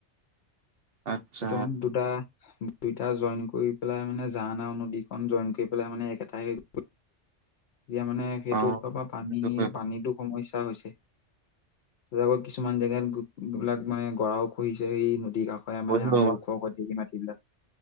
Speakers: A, on the right; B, on the left.
A: আচ্ছা
B: সেইটো মানে দুটা উম', দুইটা জইন কৰি পেলাই মানে জান আৰু নদীখন জইন কৰি পেলাই মানে একেটাই হৈ গ'ল', এতিয়া মানে সেইটো
A: অ
B: ওপৰৰ পৰা পানী,
A: সেইটো কৰিব
B: পানীটো সমস্যা হৈছে', আকৌ কিছুমান জেগাত গ', -গ', বিলাক মানে গৰাও খহিছে সেই নদীৰ কাষ', হয়
A: কৰিলো
B: মানে আগৰ ওখ হৈ পলি মাটিবিলাক',